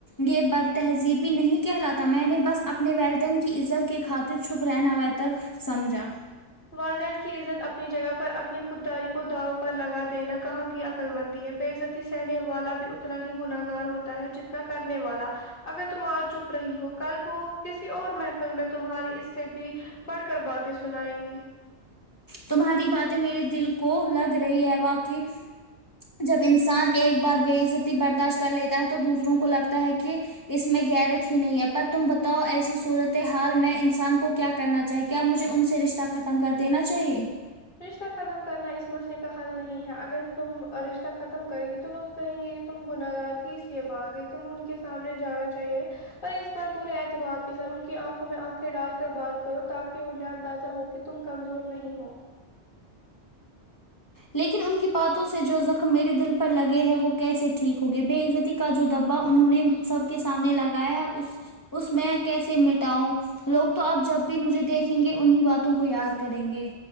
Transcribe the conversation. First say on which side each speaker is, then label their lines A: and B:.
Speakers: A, on the left; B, on the left.
A: یہ بد تہذیبی نہیں کہلاتا میں نے بس اپنے ولدین کے کی عزت کی خاطر چھپ رہناویتر سمجھا
B: والدین کی عزت اپنی جگہ پر اپنی خود داری کو داو پر لگا دینا کہاں کی عقلمندی ہے بے عزتی سہنے والا بھی اتنا ہی گناہگار ہوتا ہے جتنا کرنے والا اگر تم اج چپ رہی ہو کل وہ کسی اور محفل میں تمہاری اس سے بھی بڑھ کر باتیں سنائیں گی
A: تمہاری باتیں میرے دل کو لگ رہی ہے واقعی جب انسان ایک بار بےعزتی برداشت کر لیتا ہے تو دوسروں کو لگتا ہے کہ اس میں گیرت ہی نہیں ہے پر تم بتاؤ ایسی صورت حال میں انسان کو کیا کرنا چاہیے کیا مجھے ان سے رشتہ ختم کر دینا چاہیے
B: رشتہ ختم کرنا اس مسئلے کا حل نہیں ہے اگر تم رشتہ ختم کرے گی تو لوگ کہیں گے یہ تم گنہگار تھی اس لیے با گئی تم ان کے سامنے جانا چاہیے پر اس بار پورے اعتماد کے ساتھ ان کی آنکھوں میں آنکھیں ڈال کر بات کرو تاکہ انہیں اندازہ ہو کہ تم کمزور نہیں ہو
A: لیکن ان کی باتوں سے جو زخم میرے دل پر لگے ہیں وہ کیسے ٹھیک ہو گئے بےعزتی کا جو دبا انہوں نے سب کے سامنے لگایا ہے اس اس میں کیسے مٹاؤ لوگ تو آب جب بھی مجھے دیکھیں گے انہیں باتوں کو یاد کریں گے